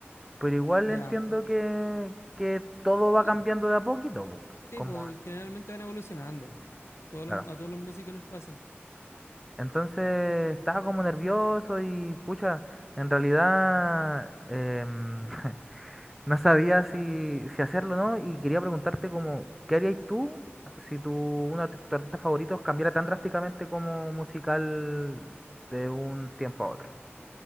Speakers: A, in the centre; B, on the left (about 80°).
A: pero igual
B: Ya.
A: entiendo
B: por-
A: que que todo va
B: la-
A: cambiando de a poquito, po,
B: Sí,
A: como
B: pues generalmente van evolucionando. Todos
A: claro,
B: los- a todos los músicos les pasa.
A: Entonces estaba como nervioso y pucha, en realidad em, <laughs> no sabía si, si hacerlo o no y quería preguntarte como, ¿qué harías tú si tu, uno de tus artistas favoritos cambiara tan drásticamente como musical de un tiempo a otro?